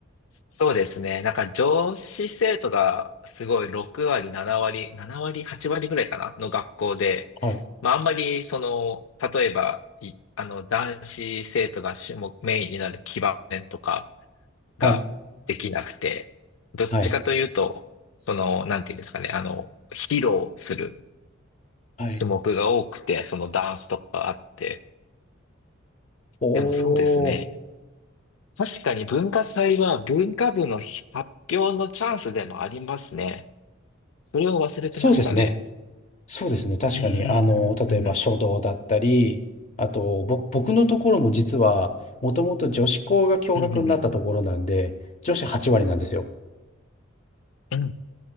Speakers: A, on the left (about 80°); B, on the left (about 35°).
A: そうですね。なんか女子生徒がすごい6割、7割、7割、8割ぐらいかなの学校で、
B: はい。
A: まああんまりその、例えば、いあの男子生徒が主目、メインになる基盤とかができなくて、
B: はい、
A: どっちかというと、
B: はい、
A: その、なんていうんですかね、あの、披露する
B: はい。
A: 種目が多くて、そのダンスとかあって、
B: おー、
A: でもそうですね。確かに文化祭は文化部の発表のチャンスでもありますね。それを忘れてましたね。
B: そうですね。そうですね。確かに、
A: うんうんうんうん。
B: あの、例えば書道だったり、あと、ぼ、僕のところも実は、もともと女子校が共学になったところなんで、
A: うんうんう
B: 女子8割なんですよ。
A: ん。うん。